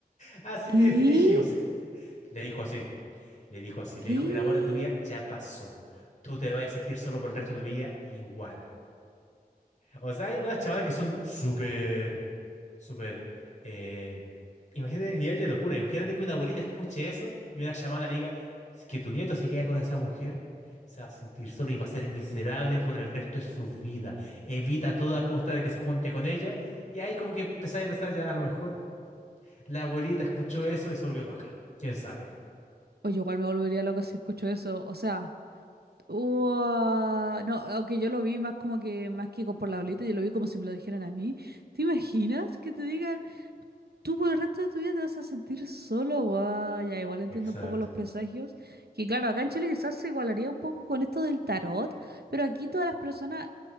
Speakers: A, on the left (about 50°); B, on the right (about 85°).
A: Así
B: ¿Qué?
A: de brígido. Le dijo así. Le dijo así. Le
B: ¿Qué?
A: dijo, el amor de tu vida ya pasó. Tú te vas a sentir solo por el resto de tu vida igual. O sea, hay algunas chamadas que son súper, súper... eh, imagínate el nivel de locura. Imagínate que una abuelita escuche eso y una chamana le diga "Es que tu nieto se queda con esa mujer. Se va a sentir solo y va a ser miserable por el resto de su vida. Evita a toda costa de que se junte con ella. Y ahí como que empecé a pensar ya, a lo mejor la abuelita escuchó eso y se volvió loca. ¿Quién sabe?
B: Oye, igual me volvería loca si escucho eso. O sea, ua- no, aunque yo lo vi más como que, más que por la bolita, yo lo vi como si me lo dijeran a mí. ¿Te imaginas que te digan, tú por el resto de tu vida te vas a sentir solo? Guau, ya, igual entiendo
A: Exacto.
B: un poco los presagios. Que claro, acá en Chile quizás se igualaría un poco con esto del tarot, pero aquí todas las personas